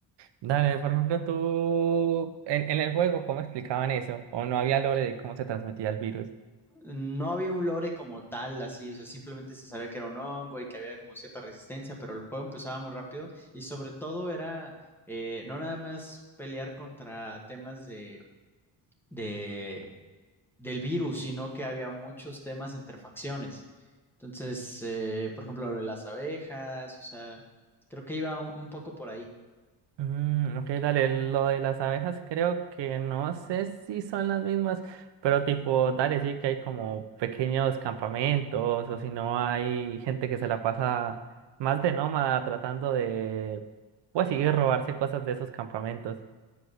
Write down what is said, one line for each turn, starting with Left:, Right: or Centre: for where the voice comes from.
Right: Dale, por ejemplo, tú en, en el juego, ¿cómo explicaban eso? ¿O no había lore de cómo se transmitía el virus?
Centre: No había un lore como tal, así, o sea, simplemente se sabía que era un hongo y que había como cierta resistencia, pero el juego empezaba muy rápido y sobre todo era eh, no nada más pelear contra temas de, de- del virus, sino que había muchos temas entre facciones. Entonces, eh, por ejemplo, lo de las abejas, o sea, creo que iba un, un poco por ahí.
Right: Mm, ok, dale, lo de las abejas creo que no sé si son las mismas, pero tipo, dale, sí que hay como pequeños campamentos o si no hay gente que se la pasa más de nómada tratando de, pues sí, robarse cosas de esos campamentos.